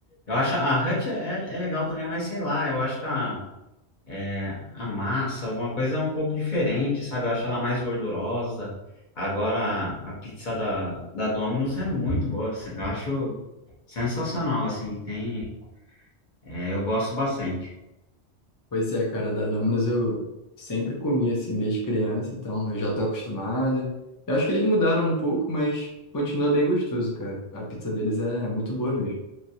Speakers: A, on the left; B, on the left.
A: Eu acho a Hut é, é legal também, mas sei lá, eu acho que a, é, a massa, alguma coisa é um pouco diferente, sabe? Eu acho ela mais gordurosa. Agora, a a pizza da, da Domino's é muito boa, assim, eu acho sensacional, assim, tem, é, eu gosto bastante.
B: Pois é, cara, da Domino's eu sempre comi assim desde criança, então eu já tô acostumado. Eu acho que eles mudaram um pouco, mas continua bem gostoso, cara. A pizza deles é muito boa mesmo.